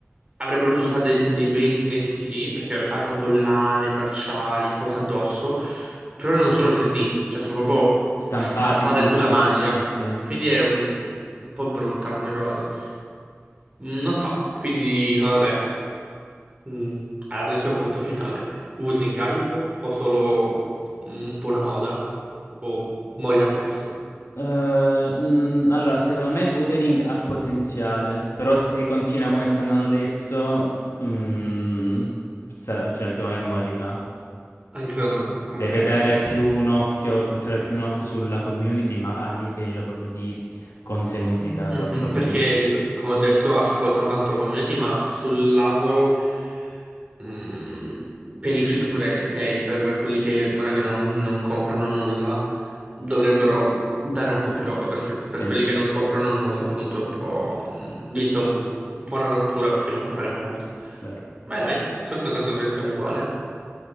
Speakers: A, on the right; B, on the left.
A: Avrebbero potuto fare dei, dei bei NPC perché hanno collane, bracciali, cose addosso, però non sono 3D, cioè sono proprio
B: Stampati
A: stampate
B: sui
A: sulla
B: vestiti,
A: maglia.
B: sì. Eh,
A: Quindi è un, un po' brutta come cosa. Mm, Non so, quindi secondo te, mm, adesso conto finale, Wuthering Hype o solo un po' una moda o moglia presto?
B: mm, allora, secondo me Wuthering ha potenziale, però se continua come sta andando adesso, mm, sa- cioè, secondo me morirà.
A: Anche secondo me, concordo
B: Deve
A: Piero.
B: dare più un occhio, buttare più un occhio sulla community, ma a livello proprio di contenuti
A: Mhm,
B: da, da fornire.
A: perché, rip- come ho detto, ascoltano tanto la community, ma sul lato mm, per i free to play, ok? Per quelli che magari non, non comprano nulla, dovrebbero dare un po' più roba, perché per
B: Sì,
A: quelli che non comprano nulla, appunto, è un po'... mm, diventa un, un po' una rottura perché non puoi fare molto.
B: vero.
A: Ma dai, sono contento, lo pensiamo uguale.